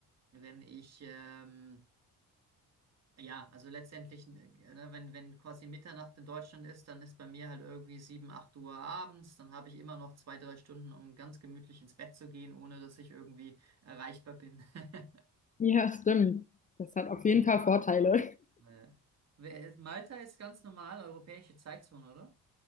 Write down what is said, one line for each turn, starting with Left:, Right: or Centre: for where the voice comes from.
Right: wenn ich, ähm, ja, also letztendlich, äh, ne, wenn, wenn quasi Mitternacht in Deutschland ist, dann ist bei mir halt irgendwie 7 8 Uhr abends. Dann habe ich immer noch zwei, drei Stunden, um ganz gemütlich ins Bett zu gehen, ohne dass ich irgendwie erreichbar bin. <laughs>
Left: ja, stimmt. Das hat auf jeden Fall Vorteile.
Right: Äh, wer- Malta ist ganz normal europäische Zeitzone, oder?